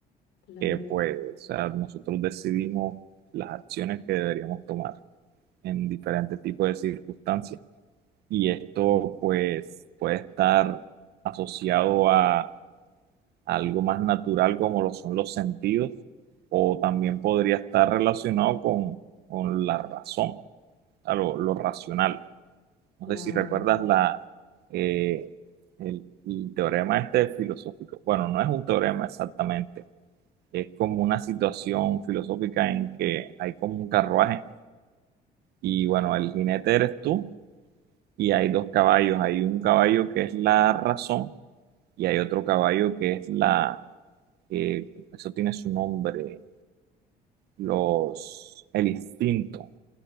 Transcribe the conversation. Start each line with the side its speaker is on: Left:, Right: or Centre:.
Left: Claro,
Right: que pues o sea, nosotros decidimos las acciones que deberíamos tomar en diferentes tipos de circunstancias. Y esto pues puede estar asociado a algo más natural como lo son los sentidos, o también podría estar relacionado con, con la razón, o sea, lo, lo racional.
Left: claro,
Right: No sé si recuerdas la, eh, el, el teorema este filosófico. Bueno, no es un teorema exactamente, es como una situación filosófica en que hay como un carruaje y
Left: sí,
Right: bueno, el jinete eres tú y hay dos caballos. Hay un caballo que es la razón y hay otro caballo que es la, que eso tiene su nombre, los, el instinto. O